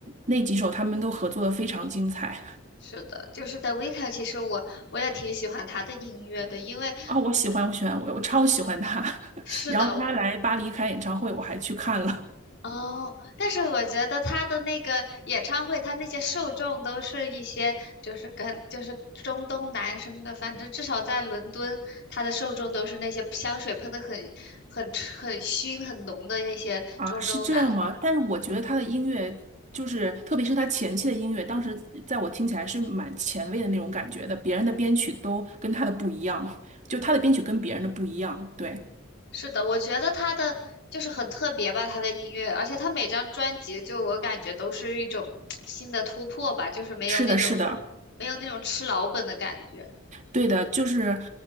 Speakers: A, on the right; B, on the left.
A: 那几首他们都合作的非常精彩
B: 是的，就是 The Weeknd，其实我我也挺喜欢他的音乐的，因为
A: 啊，我喜欢，我喜欢，我我超喜欢他。<laughs>
B: 是的，
A: 然后他来巴黎开演唱会，我还去看了。
B: 哦，但是我觉得他的那个演唱会，他那些受众都是一些就是跟就是中东南什么的，反正至少在伦敦，他的受众都是那些香水喷的很很很熏很浓的那些中东男。
A: 啊，是这样吗？但是我觉得他的音乐，就是特别是他前期的音乐，当时在我听起来是蛮前卫的那种感觉的，别人的编曲都跟他的不一样，就他的编曲跟别人的不一样。对，
B: 是的，我觉得他的就是很特别吧，他的音乐，而且他每张专辑就我感觉都是一种新的突破吧，就是没有那种
A: 是的，是的，
B: 没有那种吃老本的感觉。
A: 对的，就是